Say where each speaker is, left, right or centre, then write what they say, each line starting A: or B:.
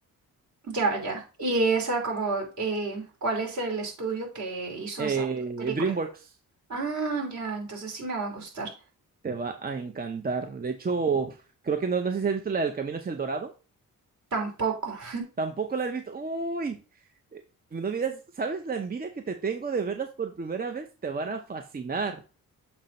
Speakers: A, on the right; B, on the right.
A: ya, ya. Y esa como, eh, ¿cuál es el estudio que hizo
B: Eh,
A: esa película?
B: DreamWorks
A: Ah, ya, entonces sí me va a gustar.
B: te va a encantar. De hecho, creo que no, no sé si has visto la del Camino hacia el Dorado.
A: Tampoco. <laughs>
B: Tampoco la has visto. Uy, eh, no miras, ¿sabes la envidia que te tengo de verlas por primera vez? Te van a fascinar.